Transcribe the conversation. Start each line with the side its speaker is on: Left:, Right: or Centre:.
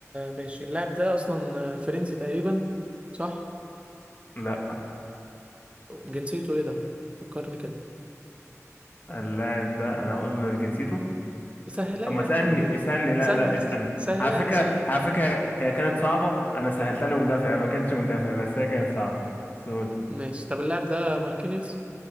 Right: ماشي اللاعب ده اصلا فرنسي تقريبا صح
Left: لا
Right: جنسيته ايه ده فكرني كده
Left: اللاعب ده انا اقول جنسيته
Right: سهلها
Left: طب
Right: لي
Left: ما
Right: يا
Left: اسألني
Right: عم عادي يعني
Left: اسألني لا
Right: سهل
Left: لا اسألني
Right: سهلها
Left: على فكرة
Right: لي سهل
Left: على فكرة هي كانت صعبة أنا سهلتها لمدافع ما كانش مدافع بس هي كانت صعبة سول
Right: ماشي طب اللاعب ده ماركينيوس